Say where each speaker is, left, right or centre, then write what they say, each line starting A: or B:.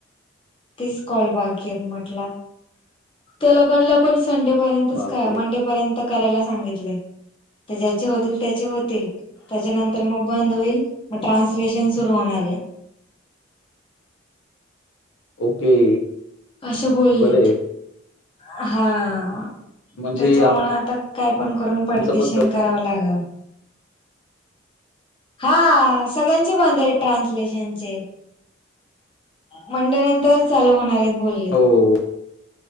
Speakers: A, on the left (about 25°); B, on the left (about 75°).
A: तीस कॉल बाकी हेत म्हंटला... त्या लोकांना पण संडेपर्यंतच
B: बापरे
A: काय... मंडेपर्यंत करायला सांगितलय.. तर ज्याचे होतील... त्याचे होतील त्याच्यानंतर मग बंद होईल... मग ट्रान्सलेशन सुरू होणार ए.
B: ओके
A: अशे बोललेत...
B: बरं आहे
A: हा.
B: म्हणजे
A: त्याच्यामुळे... आता... काय पण करून
B: आमचं
A: पटदिशीन
B: पण
A: करावं लागल. हा... सगळ्यांचे बंद हेत... ट्रान्सलेशनचे... मंडे नंतर तर चालू होणार हेत... बोलले...
B: हो.